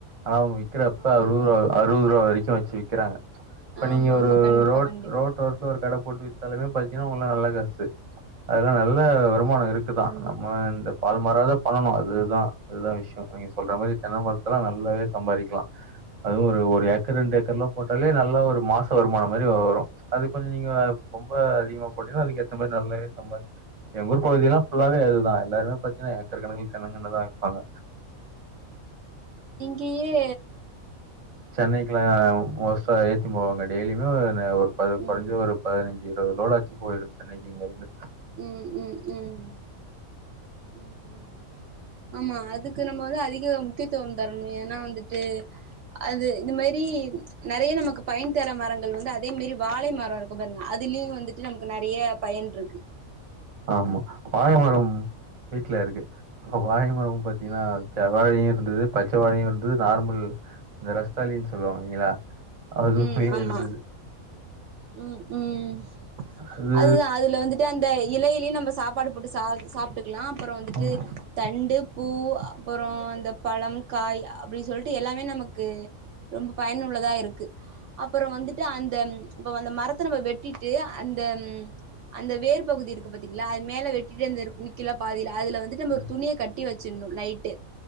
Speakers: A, on the right; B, on the right.
A: ஆனா அவுங்க விக்கிறப்ப
B: ஆமா
A: அறுவரு
B: ம்
A: அறுவது ரூபா வரைக்கும் வச்சு விக் கிறாங்க இப்ப
B: ஆமா
A: நீங்க
B: ஆமா
A: ஒரு
B: கண்டிப்பா
A: ரோட்
B: கண்டிப்பா
A: ரோட் ஓரத்துல ஒரு கடை போட்டு வித்தாலுமே பத்திங்கன்னா உங்க நல்ல காசு சரி அதல்லா நல்ல வருமானம்
B: ஆமா
A: இருக்கு
B: ஆமா
A: தான்
B: கண்டிப்பா
A: நம்ம இந்த பால் மாறாதான் பண்ணணும் அதுதான் அதுதான் விஷயம் நீங்க சொல்ற மாரி தென்னை மரத்துல நல்லாவே சம்பாரிக்கலாம் அதுவும் ஒரு ஒரு ஏக்கர் ரெண்டு ஏக்கர் எல்லா போட்டாலே நல்லா ஒரு மாச வருமானம் மாரி வரும் அது கொஞ்சோ நீங்க ரொம்ப அதிகமா போட்டீக்கனா அதுக்கு ஏத்த நல்லவே சம்பாதி எங்க ஊர் பகுதியெல்லா ஃபுல்லாவே அதுதான் எல்லாருமே பாத்தீங்கனா ஏக்கர் கணக்குல தென்னங்கண்ணு தா வைப்பாங்க
B: இங்கயே
A: சென்னைக்குலாம் மோஸ்டா எடுத்துன்னு போவாங்க டெய்லியுமே ஒரு <unintelligible>
B: ம்
A: ஒரு பதினஞ்சு ஒரு லோடு ஆச்சு போயிடும் சென்னைக்கு இங்கிருந்து
B: ம் ம் ம் ம் ம் ஆமா அதுக்கு நம்ம வந்து அதிக முக்கியத்துவம் தரனும் ஏன்னா வந்துட்டு அது இது மாரி நெறைய நமக்கு பயன் தர மரங்கள் வந்து அதே மாரி வாழை மர இருக்கும் பாருங்க அதுலயும் வந்துட்டு நமக்கு நெறைய பயன் இருக்கு
A: ஆமா வாழைமரம் வீட்ல இருக்கு <unintelligible> <inaudible> பாத்தீங்கன்னா
B: ம்
A: செவ்வாழயும் இருந்தது பச்ச வாழையும் இருந்தது நார்மல் இந்த ரஸ்தாலின்னு சொல்லுவாங்க இல்லீங்களா அதுமே
B: ம் ஆமா
A: இருந்தது
B: ம் ம்
A: அது
B: அதுதான் அதுல வந்துட்டு அந்த இலையிலயும் நம்ம சாப்ப பாடு போட்டு சாப் சாப் டுகலாம் அப்ற வந்துட்டு
A: ஆமா.
B: தண்டு பூ அப்புற அந்த பழம் காய் அப்டி சொல்லிட்டு எல்லாமே நமக்கு ரொம்ப பயனுள்ளதா இருக்கு அப்பற வந்துட்டு அந்த இப்ப வந்த மரத்த நம்ம வெட் ட்டிட்டு அந்த அந்த வேர் பகுதி இருக்கு பாத்தீங்ளா மேலே வெட்டிட்டு வந்தாரு குள்க்கல பாதிலா அதுல வந்துட்டு நம்ம
A: ம்
B: ஒரு துணிய கட்டி வச்சிணு நைட்டு